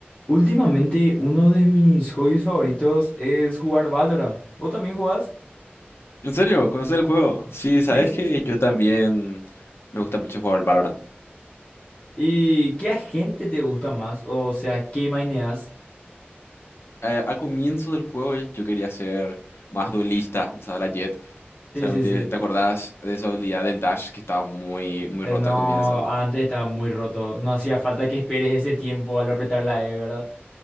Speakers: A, on the left; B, on the left.
A: Últimamente, uno de mis hobbies favoritos es jugar Valorant. ¿Vos también jugás?
B: ¿En serio? ¿Conoces el juego? Sí, sabes
A: Sí, sí,
B: que
A: sí.
B: yo también me gusta mucho jugar al Valorant.
A: ¿Y qué agente te gusta más? O sea, ¿qué maineas?
B: Eh, al comienzo del juego eh, yo quería ser más duelista, usaba la Jett. Solamente
A: Sí, sí, sí.
B: te acordás de esa habilidad del dash que estaba muy, muy
A: Eh,
B: rota
A: no,
B: al comienzo.
A: antes estaba muy roto. No hacía falta que esperes ese tiempo al apretar la E, ¿verdad?